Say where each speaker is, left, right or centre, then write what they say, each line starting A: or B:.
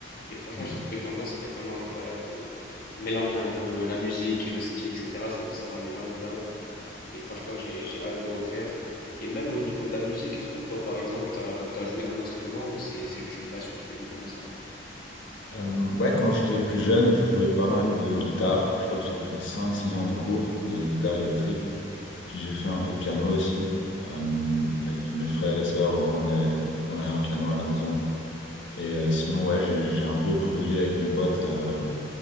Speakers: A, on the left; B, on the left.
A: Et franchement,
B: Mm.
A: j'ai trouvé que l'ambiance était vraiment incroyable. euh, Mélanger un peu la musique et le ski, etc., ça, ça rendait vraiment bien. Et franchement, j'ai, j'ai hâte de le refaire. Et même au niveau de la musique, est-ce que toi, par exemple, t'as, as joué d'un instrument ou c'est, c'est juste une passion qui t'est venue comme ça?
B: Euh, ouais, quand j'étais plus jeune, je jouais pas mal de guitare. Je crois que j'ai pris cinq six ans de cours de guitare électrique. Puis j'ai fait un peu de piano aussi. Euh, avec mes frères et les sœurs, enfin, on avait, on, on avait un piano à la maison. Et euh, sinon, ouais, j'ai, j'ai un peu produit avec mes potes euh,